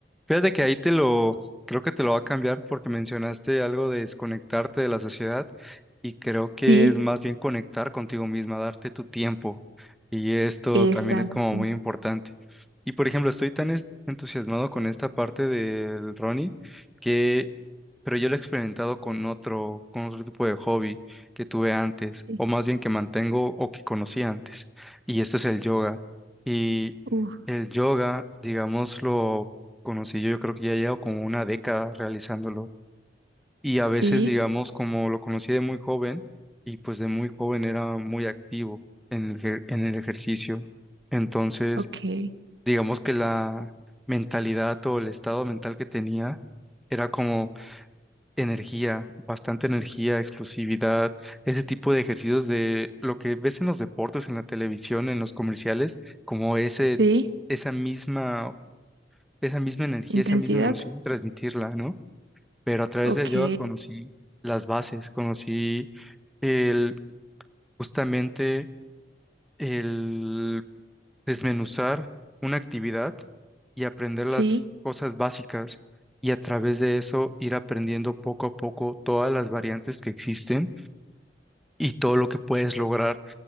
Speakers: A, in the centre; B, on the right (about 85°).
A: Fíjate que ahí te lo, creo que te lo va a cambiar porque mencionaste algo de desconectarte de la sociedad y creo que
B: Sí,
A: es más bien conectar contigo misma, darte tu tiempo y esto
B: exacto.
A: también es como muy importante. Y por ejemplo, estoy tan es- entusiasmado con esta parte del Ronnie que, pero yo lo he experimentado con otro, con otro tipo de hobby que tuve antes
B: Sí,
A: o más bien que mantengo o que conocí antes y este es el yoga. Y
B: Uf,
A: el yoga, digámoslo conocí yo, yo creo que ya llevo como una década realizándolo. Y a veces,
B: sí,
A: digamos, como lo conocí de muy joven, y pues de muy joven era muy activo en el, ejer- en el ejercicio. Entonces,
B: ok.
A: digamos que la mentalidad o el estado mental que tenía era como energía, bastante energía, explosividad, ese tipo de ejercicios de lo que ves en los deportes, en la televisión, en los comerciales, como ese,
B: Sí,
A: esa misma, esa misma energía,
B: intensidad.
A: esa misma emoción, transmitirla, ¿no? pero a través
B: Ok,
A: del yoga conocí las bases, conocí el, justamente el desmenuzar una actividad y aprender las
B: sí,
A: cosas básicas y a través de eso ir aprendiendo poco a poco todas las variantes que existen y todo lo que puedes lograr